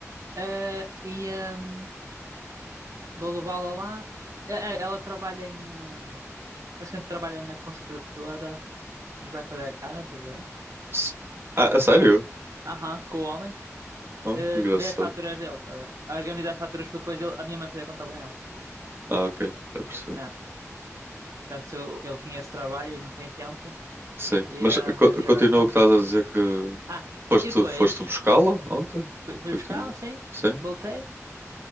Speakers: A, on the right; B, on the right.
A: Ah, e ahm, vou levá-la lá. Eh, eh, Ela trabalha em. ah, basicamente trabalha na construtora que nos vai fazer a casa, estás a ver?
B: S- Ah, a sério?
A: Aham, com o homem.
B: Ah,
A: Eh,
B: engraçado.
A: vê as faturas dele, estás a ver? A organizar as faturas para depois ele- a minha mãe fazer a contabilidade.
B: Ah, ok, já percebi.
A: É. Portanto, ele tinha esse trabalho e não tem tempo.
B: Sim,
A: E
B: mas
A: ah,
B: co-
A: e
B: continua
A: agora foi.
B: o que estás a dizer que
A: Ah,
B: foste,
A: e depois
B: foste buscá-la ontem?
A: fui, fui
B: Foi
A: buscá-la,
B: que tinhas-
A: assim,
B: Sim,
A: voltei,